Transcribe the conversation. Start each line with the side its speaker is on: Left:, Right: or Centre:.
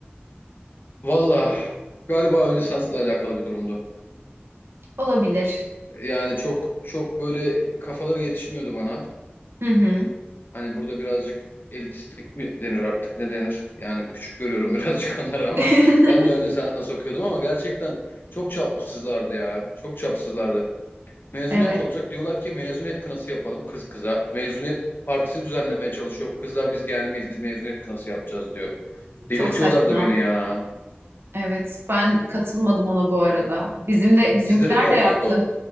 Left: Valla galiba ön lisansla alakalı bir durumdu.
Right: Olabilir.
Left: Yani çok çok böyle kafaları yetişmiyordu bana.
Right: Hı hı.
Left: Hani burada birazcık elitistlik mi denir artık ne denir? Yani küçük görüyorum <laughs> birazcık onları ama
Right: <laughs>
Left: ben de ön lisans okuyordum ama gerçekten çok çapsızlardı ya. Çok çapsızlardı. Mezuniyet
Right: Evet.
Left: olacak. Diyorlar ki mezuniyet kınası yapalım kız kıza. Mezuniyet partisi düzenlemeye çalışıyorum. Kızlar biz gelmeyiz biz mezuniyet kınası yapacağız diyor. Delirtiyorlardı
Right: Çok saçma.
Left: beni ya.
Right: Evet. Ben katılmadım ona bu arada. Bizim de bizimkiler
Left: Sizde de mi oldu?
Right: de yaptı.